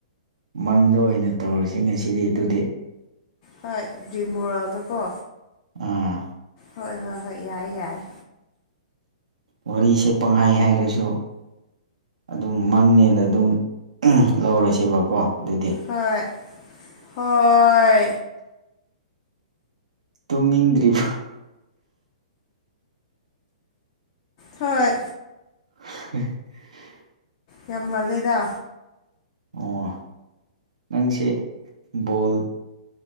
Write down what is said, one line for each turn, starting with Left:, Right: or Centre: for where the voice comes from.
Right: ꯃꯪꯗ ꯑꯣꯏꯅ ꯇꯧꯔꯁꯤꯅꯦꯁꯤꯗꯤ ꯑꯗꯨꯗꯤ
Left: ꯍ ꯗꯤꯝꯕꯣꯔꯥꯗꯀꯣ
Right: ꯑꯥ
Left: ꯍꯣꯏ ꯍꯣꯏ ꯍꯣꯏ ꯌꯥꯏ ꯌꯥꯏ
Right: ꯋꯥꯔꯤꯁꯦ ꯄꯪꯍꯥꯏ ꯍꯥꯏꯔꯁꯨ ꯑꯗꯨꯝ ꯃꯪꯅꯦꯅ ꯑꯗꯨꯝ ꯂꯧꯔꯁꯦꯕꯀꯣ ꯑꯗꯨꯗꯦ
Left: ꯍꯣꯏ ꯍꯣꯏ
Right: ꯇꯨꯝꯅꯤꯡꯗ꯭ꯔꯤꯕ
Left: ꯍꯣꯏ
Right: <inaudible>
Left: ꯌꯥꯝ ꯉꯜꯂꯦꯗ
Right: ꯑꯣ ꯅꯪꯁꯦ ꯕꯣꯜ